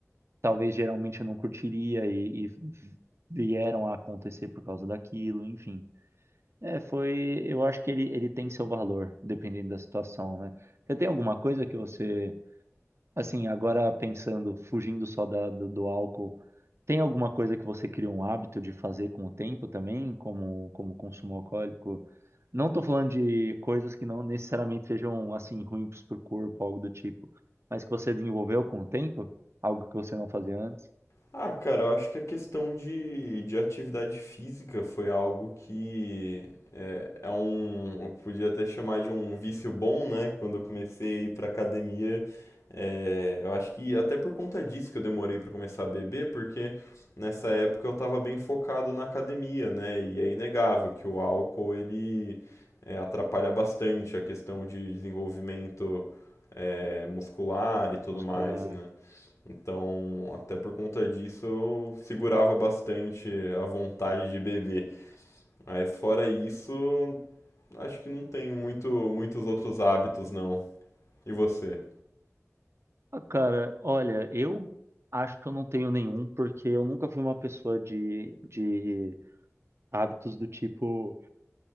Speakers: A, on the right (about 55°); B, on the left (about 65°).
A: talvez geralmente eu não curtiria e, e vieram a acontecer por causa daquilo, enfim. É, foi, eu acho que ele, ele tem seu valor, dependendo da situação, né? Você tem alguma coisa que você, assim, agora pensando, fugindo só da, do, do álcool, tem alguma coisa que você criou um hábito de fazer com o tempo também, como, como consumo alcoólico? Não tô falando de coisas que não necessariamente sejam, assim, ruins pro corpo, algo do tipo, mas que você desenvolveu com o tempo, algo que você não fazia antes.
B: Ah, cara, eu acho que a questão de, de atividade física foi algo que é um, eu podia até chamar de um vício bom, né? Quando eu comecei a ir pra academia, é, eu acho que até por conta disso que eu demorei pra começar a beber, porque nessa época eu tava bem focado na academia, né? E é inegável que o álcool ele é, atrapalha bastante a questão de desenvolvimento é, muscular e tudo
A: Muscular.
B: mais, né? Então, até por conta disso, eu segurava bastante a vontade de beber. Mas fora isso, acho que não tem muito, muitos outros hábitos, não. E você?
A: Ah, cara, olha, eu acho que eu não tenho nenhum, porque eu nunca fui uma pessoa de, de hábitos do tipo,